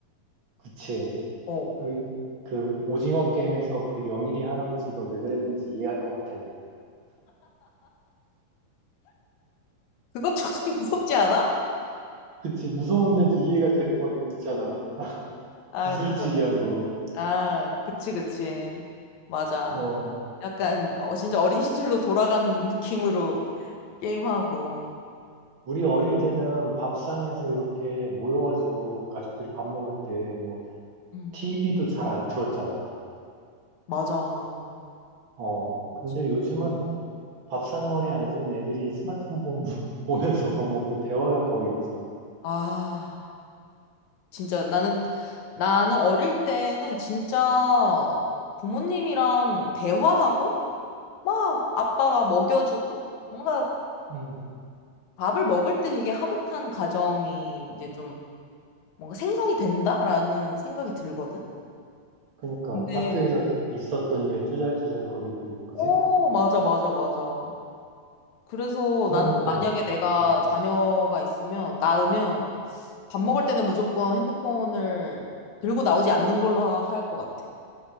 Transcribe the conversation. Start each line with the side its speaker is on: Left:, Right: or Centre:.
Right: 그치.
Left: 어.
Right: 그, 그 오징어 게임에서 그 영일이 할아버지가 왜 그랬는지 이해할 것 같아, 나.
Left: 그거 조금 <laughs> 무섭지 않아?
Right: 그치, 무서운데도 이해가 되는 건 있잖아.
Left: 아,
Right: 구슬치기하고.
Left: 그거, 아, 그치, 그치. 맞아.
Right: 어,
Left: 약간 어, 진짜 어린 시절로 돌아간 <laughs> 느낌으로 게임하고.
Right: 우리 어릴 때는 밥상에서 이렇게 모여가지고 가족들이 밥 먹을 때 뭐,
Left: 음,
Right: TV도 잘 안 틀었잖아.
Left: 맞아. 오,
Right: 어,
Left: 진짜.
Right: 근데 요즘은 밥상머리에 앉으면 애들이 스마트폰 보면- <laughs> 보면서 밥 먹고 대화가 거의 없어.
Left: 아. 진짜 나는 나는 어릴 때는 진짜 부모님이랑 대화하고 막 아빠가 먹여주고 뭔가
Right: 음.
Left: 밥을 먹을 때 되게 화목한 가정이 이제 좀 뭔가 생성이 된다라는 생각이 들거든.
Right: 그러니까
Left: 근데
Right: 학교에서 있었던 일 쪼잘쪼잘거리고, 그지?
Left: 어 맞아 맞아 맞아. 그래서
Right: 그러니까
Left: 나는 만약에
Right: 이제,
Left: 내가
Right: 음,
Left: 자녀가 있으면 낳으면 밥 먹을 때는 무조건 핸드폰을 들고 나오지 않는 걸로 할 것 같아.